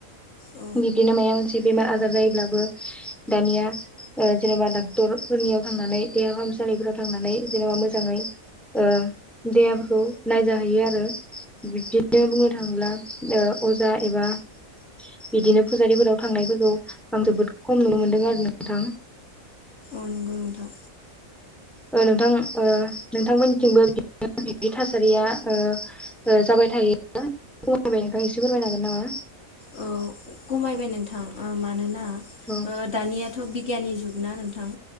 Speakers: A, on the left; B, in the centre.
A: औ
B: बिब्दिनो मायाबा मोनसे बेमार आजार जायोब्लाबो दानिया ओ जेन'बा डाक्टरफोरनियाव थांनानै देहा फाहामसालिफोराव थांनानै जेनेबा मोजाङै ओ देहाफोरखौ नायजाहैयो आरो। बिब्दिनो बुंनो थाङोब्ला ओ अजा एबा बिदिनो फुजारिफोराव थांनायफोरखौ आं जोबोद खम नुनो मोनदों आरो नोंथां।
A: औ नंगौ नोंथां
B: ओ नोंथां ओ नोंथांमोननिथिंबो बि-बिब्दि थासारिया ओ ओ जाबाय थायोना? खमायबाय नोंथां एसे फोरमाय हागोन नामा?
A: औ खमायबाय नोंथां। ओ मानोना ओ
B: औ
A: दानियाथ' बि गियाननि जुगना नोंथां